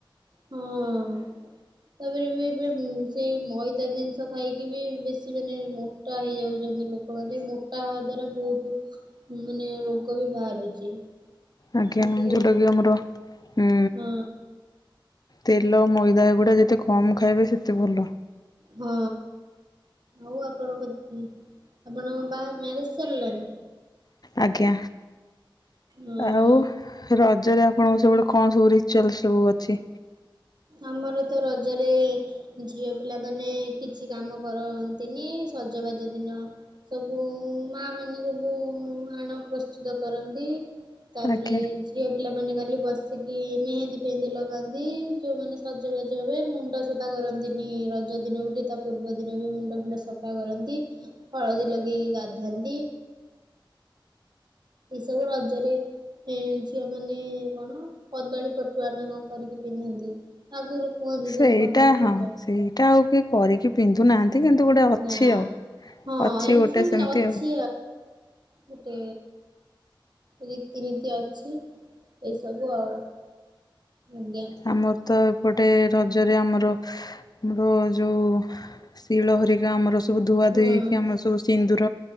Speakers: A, on the right; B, on the left.
A: ହଁ ତାପରେ ବି ଏବେ ସେଇ ମଇଦା ଜିନିଷ ଖାଇକି ବି ବେଶୀ ମାନେ ମୋଟା ହେଇଯାଉଛନ୍ତି ଲୋକମାନେ ମୋଟା ହବା ଦ୍ଵାରା ବହୁତ ମାନେ ରୋଗ ବି ବାହାରୁଛି ଏମିତି
B: ଆଜ୍ଞା ଯୋଉଟାକି ଆମର ହୁଁ
A: ହଁ
B: ତେଲ ମଇଦା ଏଗୁଡା ଯେତେ କମ ଖାଇବେ ସେତେ ଭଲ
A: ହଁ ଆଉ ଆପଣଙ୍କ ଆପଣଙ୍କ ବାହା ମ୍ୟାରେଜ ସାରିଲାଣି
B: ଆଜ୍ଞା
A: ହଁ।
B: ଆଉ ରଜ ରଜରେ ଆପଣଙ୍କ ସେପଟେ କଣ ସବୁ ରିଚୁଆଲ ସବୁ ଅଛି
A: ଆମର ତ ରଜରେ ଝିଅ ପିଲାମାନେ କିଛି କାମ କରନ୍ତିନି ସଜବାଜ ଦିନ ସବୁ ମା ମାନେ ସବୁ ଆଣ ପ୍ରସ୍ତୁତ କରନ୍ତି ତାପରେ
B: ଆଜ୍ଞା।
A: ଝିଅ ପିଲା ନେ କଲି ବସିକି ମେହେନ୍ଦୀ ଫେହନ୍ଦୀ ଲଗାନ୍ତି ଯୋଉ ମମାନେ ସଜବାଜ ହଏ ମୁଣ୍ଡ ସଫା କରନ୍ତିନି ରଜ ଦିନ ବୋଲି ତା ପୂର୍ବ ଦିନ ବି ମୁଣ୍ଡ ଫୁଣ୍ଡ ସଫା କରନ୍ତି ହଳଦୀ ଲଗେଇକି ଗାଧଥାନ୍ତି ଏସବୁ ରଜରେ ଝିଅ ମାନେ କଣ କଦଳୀ ପଟୁଆ ନା କଣ କରିକି ପିନ୍ଧନ୍ତି ଆଗରୁ କୁହନ୍ତି
B: ସେଇଟା
A: ସବୁ କଦଳୀ ପଟୁଆ
B: ହଁ ସେଇଟା ଆଉ କିଏ କରିକି ପିନ୍ଧୁ ନାହାନ୍ତି ଏ କିନ୍ତୁ ଗୋଟେ ଅଛି
A: ନା
B: ଆଉ
A: ହଁ
B: ଅଛି
A: ଏମିତି
B: ଗୋଟେ
A: ସବୁ
B: ସେମତି
A: ଅଛି
B: ଆଉ
A: ଗୋଟେ ରୀତିନୀତି ଅଛି ଏଇସବୁ ଆଉ ଆଜ୍ଞା
B: ଆମର ତ ଏପଟେ ରଜରେ ଆମର ଆମର ଯେଉଁ ଶିଳହରିକା ଆମର ସବୁ ଧୁଆଧୁୋଇଇକି
A: ହଁ
B: ଆମର ସବୁ ସିନ୍ଦୁର